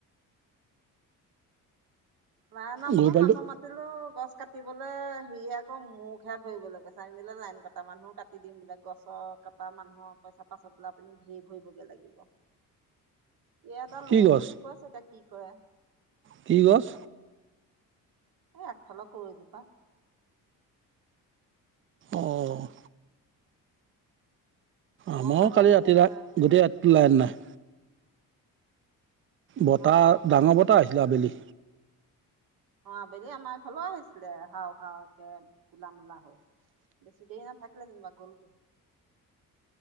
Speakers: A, on the right (about 65°); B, on the right (about 35°).
A: প্ৰায়না বোলে
B: গৰু পোৱালিটো
A: মানুহ মাতিলে <unintelligible> গছ কাটিবলৈ সি আকৌ মোক হে ভৰিবলে কৈছে। আমি বোলে লাইন কটা মানুহো কাটি দিম বোলে, গছ কটা মানুহৰ পইচা পাছত বোলে আপুনি ধেৰ ভৰিবগে লাগিব। ই এটা
B: কি
A: লৈ আহিম
B: গছ
A: বুলি কৈছে এতিয়া কি কৰে।
B: কি গছ?
A: এই আগফালৰ কৰৈজোপা।
B: অ'
A: অকমান
B: আমাৰো কালি
A: লাগি
B: ৰাতি
A: আছে
B: ৰাত
A: সেইডাল
B: গোটেই ৰাতি লাইন নাই। বতাহ
A: আমাৰ সেইদিনাখন
B: ডাঙৰ
A: ধুমুহাত
B: বতাহ
A: হেৰি
B: আহিছিলে
A: হ'ল
B: আবেলি।
A: অ' আবেলি আমাৰ এইফালেও আহিছিলে হাও হাও একে কলা-মূলা হৈ বেছি দেৰি নাথাকিলে যেনিবা গ'লগৈ।